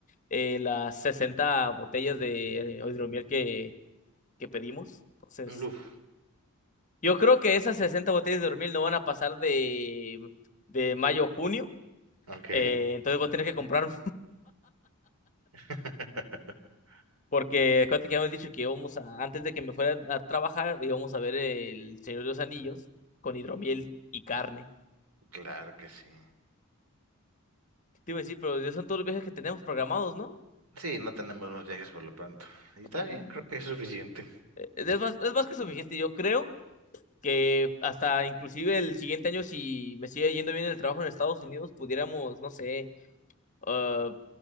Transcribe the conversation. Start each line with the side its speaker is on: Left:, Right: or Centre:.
Left: eh, las 60 botellas de, de hidromiel que, que pedimos. Entonces,
Right: Uf,
Left: yo creo que esas 60 botellas de hidromiel no van a pasar de, de mayo a junio.
Right: ok.
Left: Eh, entonces voy a tener que comprar,
Right: <laughs>
Left: <laughs> porque acuérdate que habíamos dicho que íbamos a, antes de que me fuera a trabajar, íbamos a ver el Señor de los Anillos con hidromiel y carne.
Right: Claro que sí.
Left: Te iba a decir, pero ya son todos los viajes que tenemos programados, ¿no?
Right: Sí, no tenemos más viajes por lo pronto. Y está
Left: Mm.
Right: bien, creo que es suficiente.
Left: Eh, Es más, es más que suficiente, yo creo. que hasta inclusive el siguiente año, si me sigue yendo bien el trabajo en Estados Unidos, pudiéramos, no sé, ah,